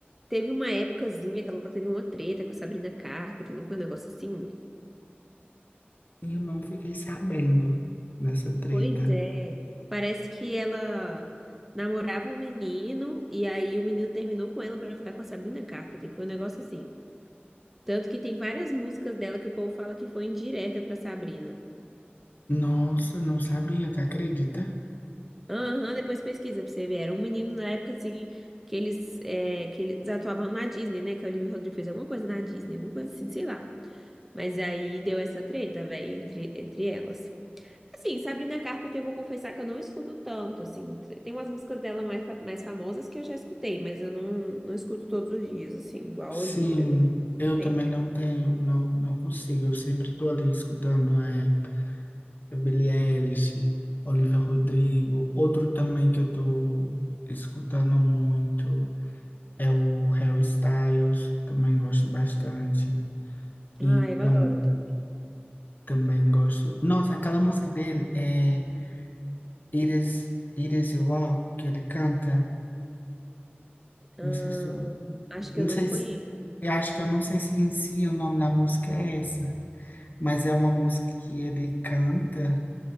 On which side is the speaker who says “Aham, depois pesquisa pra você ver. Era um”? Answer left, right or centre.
Centre